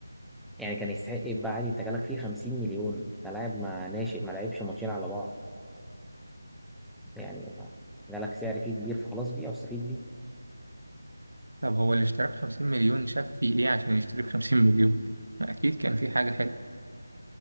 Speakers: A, in the centre; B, on the right (about 85°).
A: يعني كان يستحق يتباع عادي انت جالك فيه 50 مليون انت لاعب ما ناشئ ما لعبش ماتشين على بعض يعني ما- جالك سعر فيه كبير فخلاص بيع واستفيد بيه
B: طب هو اللي اشتراه بخمسين مليون شاف فيه إيه عشان يشتري بخمسين مليون؟ ما أكيد كان في حاجة حلوة